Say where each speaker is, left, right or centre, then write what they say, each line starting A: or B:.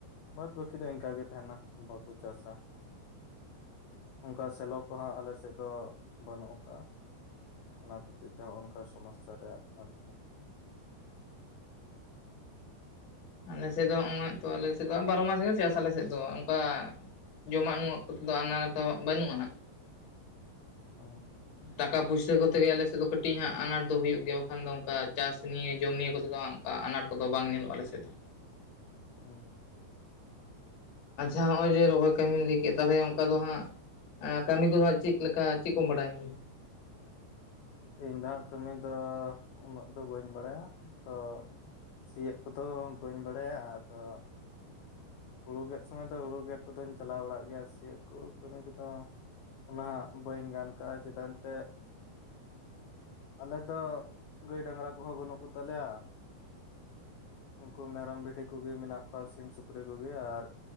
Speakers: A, on the left; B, on the left.
A: ᱵᱟᱫᱽ ᱵᱟᱹᱠᱤ ᱫᱚ ᱤᱱᱠᱟ ᱜᱮ ᱛᱟᱦᱮᱱᱟ ᱵᱟᱠᱚ ᱪᱟᱥᱟ᱾ ᱚᱱᱠᱟ ᱥᱮᱞᱚᱯ ᱠᱚ ᱦᱟᱸᱜ ᱟᱞᱮᱥᱮᱫ ᱫᱚ ᱵᱟᱹᱱᱩᱜ ᱟᱠᱟᱜ-ᱟ᱾ ᱚᱱᱟ ᱠᱷᱟᱹᱛᱤᱨ ᱛᱮ ᱱᱚᱜ-ᱚ-ᱱᱚᱝᱠᱟ ᱥᱚᱢᱚᱥᱥᱟ ᱨᱮ, ᱟᱨ ᱪᱮᱫ?
B: ᱟᱞᱮ ᱥᱮᱫ ᱫᱚ ᱱᱚᱜᱼᱚᱭ ᱛᱚ ᱟᱞᱮ ᱥᱮᱫ ᱫᱚ ᱵᱟᱨᱚ ᱢᱟᱥ ᱜᱮ ᱪᱟᱥ ᱟᱞᱮ ᱥᱮᱫ ᱫᱚ᱾ ᱚᱱᱠᱟ ᱼᱼ ᱡᱚᱢᱟᱜ ᱧᱩᱣᱟᱜ ᱠᱚᱛᱮ ᱫᱚ ᱟᱱᱟᱜᱷᱟᱴᱟ ᱵᱟᱹᱱᱩᱜᱼᱟ ᱦᱟᱸᱜ᱾
A: <inaudible>
B: ᱴᱟᱠᱟ ᱯᱩᱭᱥᱟᱹ ᱠᱚᱛᱮ ᱜᱮ ᱟᱞᱮ ᱥᱮᱫ ᱫᱚ ᱠᱟᱹᱴᱤᱡ ᱦᱟᱸᱜ ᱟᱱᱟᱴ ᱫᱚ ᱦᱩᱭᱩᱜ ᱜᱮᱭᱟ, ᱵᱟᱠᱷᱟᱱ ᱱᱚᱝᱠᱟ ᱪᱟᱥ ᱱᱤᱭᱟᱹ ᱡᱚᱢ ᱱᱤᱭᱟᱹ ᱠᱚᱛᱮ ᱫᱚ ᱟᱱᱟᱴ ᱠᱚᱫᱚ ᱵᱟᱝ ᱧᱮᱞᱚᱜᱼᱟ ᱟᱞᱮᱥᱮᱫ ᱫᱚ᱾
A: ᱩᱸ᱾
B: ᱟᱪᱪᱷᱟ ᱦᱚᱜᱼᱚᱭ ᱡᱮ ᱨᱚᱦᱚᱭ ᱠᱟᱹᱢᱤᱢ ᱞᱟᱹᱭ ᱠᱮᱫ, ᱛᱟᱦᱞᱮ ᱚᱱᱠᱟ ᱫᱚ ᱦᱟᱸᱜ ᱟ ᱠᱟᱹᱢᱤ ᱠᱚ <unintelligible> ᱪᱮᱫ ᱞᱮᱠᱟ ᱪᱮᱫ ᱠᱚᱢ ᱵᱟᱰᱟᱭ?
A: ᱤᱧ ᱫᱚ ᱦᱟᱸᱜ ᱠᱟᱹᱢᱤ ᱫᱚ ᱩᱱᱟᱹᱜ ᱫᱚ ᱵᱟᱹᱧ ᱵᱟᱲᱟᱭᱟ᱾ ᱛᱚ ᱥᱤᱭᱚᱜ ᱠᱚᱫᱚ ᱵᱟᱹᱧ ᱵᱟᱲᱟᱭᱟ᱾ ᱟᱫᱚ ᱦᱩᱲᱩ ᱜᱮᱫ ᱥᱚᱢᱚᱭ ᱫᱚ ᱦᱩᱲᱩ ᱜᱮᱫ ᱠᱚᱫᱚᱧ ᱪᱟᱞᱟᱣ ᱵᱟᱲᱟᱜ ᱜᱮᱭᱟ᱾ ᱥᱤᱭᱚᱜ ᱠᱚ ᱠᱟᱹᱢᱤ ᱠᱚᱫᱚ ᱚᱱᱟ ᱵᱟᱹᱧ ᱜᱟᱱ ᱠᱟᱜᱼᱟ ᱪᱮᱫᱟᱱ ᱛᱮᱫ ᱟᱞᱮ ᱛᱚ ᱜᱟᱹᱭ ᱰᱟᱝᱨᱟ ᱠᱚᱦᱚᱸ ᱵᱟᱹᱱᱩᱜ ᱠᱚ ᱛᱟᱞᱮᱭᱟ᱾ ᱩᱱᱠᱩ ᱢᱮᱨᱚᱢ ᱵᱷᱤᱰᱤ ᱠᱚᱜᱮ ᱢᱮᱱᱟᱜ ᱠᱚᱣᱟ᱾ ᱥᱤᱢ ᱥᱩᱠ ᱠᱚ ᱜᱮᱭᱟ ᱟᱨ